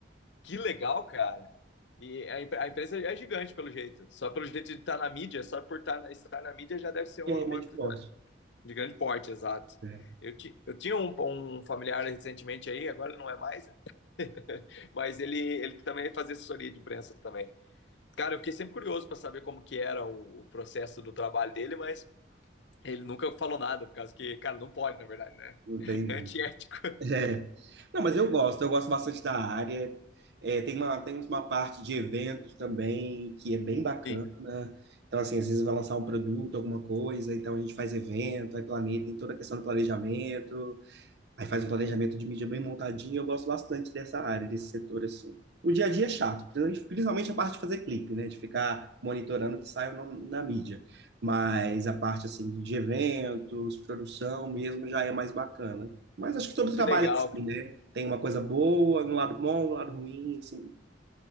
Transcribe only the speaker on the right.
É,
médio
porte.
É.
Entendi.
É. Não, mas eu gosto, eu gosto bastante da área. É, tem uma, tem uma parte de eventos também que é bem bacana.
Então, assim, às vezes vai lançar um produto, alguma coisa, então a gente faz evento, aí planeja, tem toda a questão do planejamento. Aí faz um planejamento de mídia bem montadinho, eu gosto bastante dessa área, desse setor, assim. O dia a dia é chato, principalmente principalmente a parte de fazer clipe, né? De ficar monitorando o que sai na, na mídia. Mas a parte, assim, de eventos, produção mesmo, já é mais bacana. Mas acho que todo trabalho
é assim, né? Tem uma coisa boa, um lado bom, um lado ruim, assim.